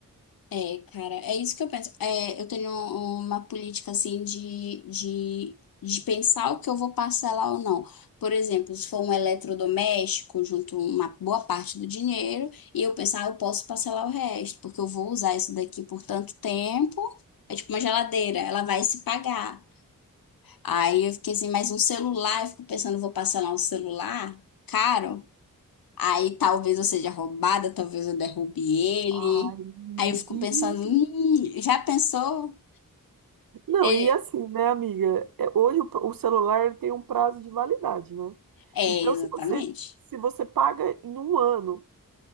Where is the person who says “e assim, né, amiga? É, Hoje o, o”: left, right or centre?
Right